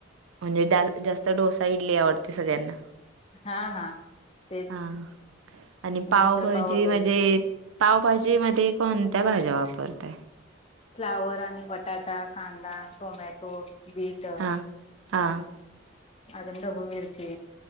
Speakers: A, on the right (about 75°); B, on the left (about 30°).
A: आणि डाळ म्हणजे जास्त डोसा इडली आवडते सगळ्यांना.
B: हा हा तेच
A: हा, हां आणि पावभाजी
B: मिसळपाव वगैरे
A: म्हणजे पावभाजी मध्ये कोणत्या भाज्या वापरताय?
B: फ्लावर आणि बटाटा, कांदा, टोमॅटो, बीट.
A: हा हा.
B: अजून ढबू मिरची.